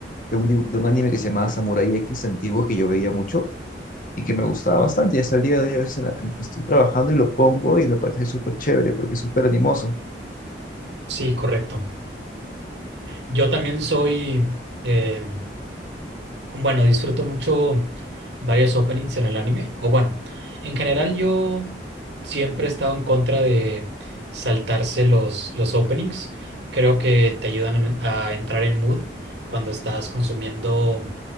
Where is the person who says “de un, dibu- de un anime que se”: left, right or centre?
Left